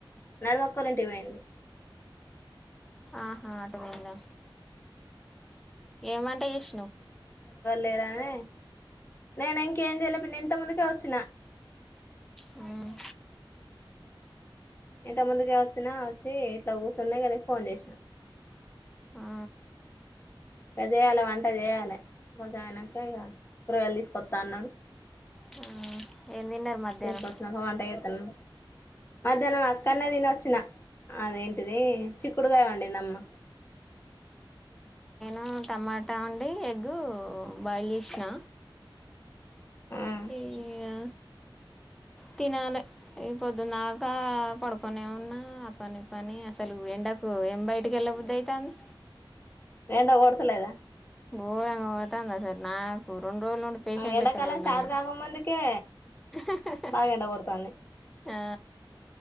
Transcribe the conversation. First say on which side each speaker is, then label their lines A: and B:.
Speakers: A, on the left; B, in the centre.
A: నడవక్కోలింటికి పోయింది.
B: ఆహా అటు పోయిందా, ఏం వంట చేసినవ్?
A: లేదని, నేనింకేం చెయలే పిన్ని ఇంత ముందుకే వచ్చిన
B: ఉమ్
A: ఇంత త ముందుకే వచ్చినా, వచ్చి ఇట్లా కూసున్నా ఇక నీకు ఫోన్ చేసినా
B: ఆ,
A: ఇక చేయాలి వంట చేయాలె, కొంచెం అయనాక ఇక కూరగాయలు తీసుకొస్తా అన్నడు.
B: ఆ ఏం తిన్నరు మధ్యాహ్నం?
A: తీసుకొచ్చినాక వంట చేత్తను మధ్యాహ్నం అక్కడనే తినొచ్చిన, అదేంటిది చిక్కుడుగాయ వొండిన్దమ్మ.
B: ఆ టమాటా వండి ఎగ్ బాయిల్ చేసినా.
A: ఉమ్
B: ఇగా తినాలే, ఈ పొద్దుందాకా పడుకొనే ఉన్నా పనిపని అసలు ఎండ కు ఏం బయటికి వెళ్ళబుద్ధయితాంది.
A: ఎండ కొడతలేదా?
B: గోరంగ కొడతాంది అసలు నాకు రెండు రోజుల నుండి పేషెంట్
A: ఎండాకాలం
B: లెక్కనే ఉన్నా
A: స్టార్ట్
B: నేను
A: కాకముందుకే
B: అహ్హ్హ్
A: బాగా ఎండ కొడతాంది
B: ఆ